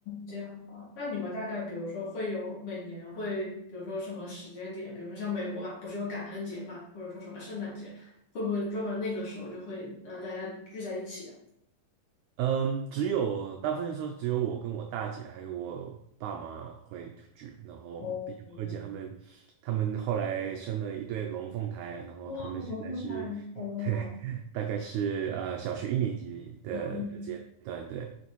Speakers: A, on the left; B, on the right.
A: 这样啊，那你们大概比如说会有每年会，比如说什么时间点，比如说像美国吧，不是有感恩节嘛，或者说什么圣诞节，会不会专门那个时候就会呃大家聚在一起啊？
B: 嗯，只有大部分时候只有我跟我大姐还有我爸妈会聚，然后毕竟我二姐他们，
A: 哦，明白
B: 他们后来生了一对龙凤胎，然后他们现在是，
A: 哇，我这么快哦，
B: <laughs> 对，大概是呃小学一年级的的阶段，
A: 嗯，
B: 对，